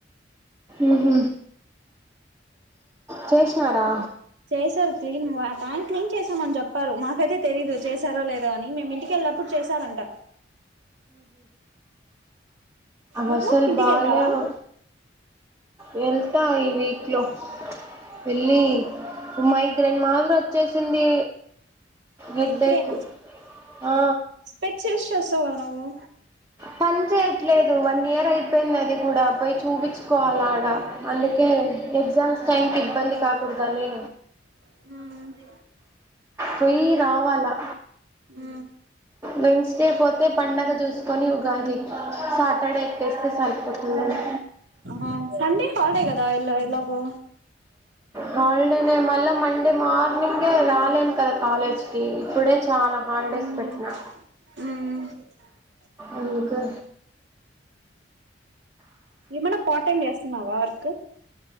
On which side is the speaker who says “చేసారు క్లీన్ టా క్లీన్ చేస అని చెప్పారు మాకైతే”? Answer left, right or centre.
Right